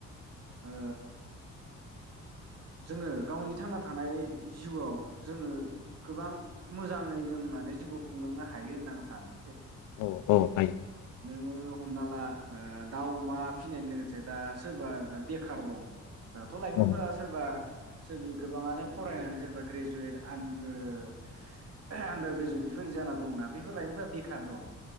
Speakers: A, on the right; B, on the left.
A: ओ जोंङो गावनि थांना थानाय जिउआव जोंङो गोबां मोजाङै जों माने जिउखौ खुंलांनो हायो होनना आं सानो।
B: औ औ हायो।
A: नोंङो हमना ला ओ दाउ, अमा फिसिनाय लोगोसे दा सोरबा बेखार दं। दाथ' लाइमोनफोरा
B: औ
A: जोंदि गोबाङानो फरायनानै जेनेबा ग्रेजुवेट आन्दार ग्रेजुवेट बेफोरबायदि जाना दंना बेफोर लाइमोनफोरा बेखार दं।